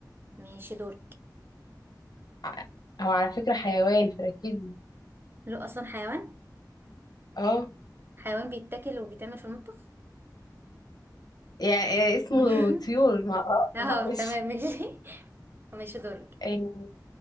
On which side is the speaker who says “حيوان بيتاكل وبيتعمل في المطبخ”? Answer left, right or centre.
Right